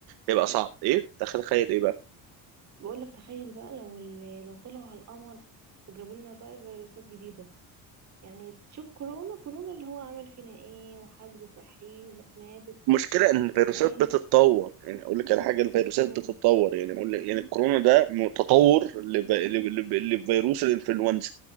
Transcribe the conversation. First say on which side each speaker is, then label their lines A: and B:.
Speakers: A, on the right (about 75°); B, on the right (about 45°).
A: هيبقى صعب إيه ده تخيل إيه بقى
B: بقولك تخيل بقى لو ال- لو طلعوا على القمر وجابوا لنا بقى فيروسات جديدة يعني شوف كورونا كورونا اللي هو عمل فينا ايه وحجر صحي وناس ماتت
A: المشكلة إن الفيروسات
B: تخيل
A: بتتطور يعني أقول لك على حاجة الفيروسات
B: امم
A: بتتطور يعني أقول لك يعني الكورونا ده متطور لف- لف- لف- لفيروس الإنفلونزا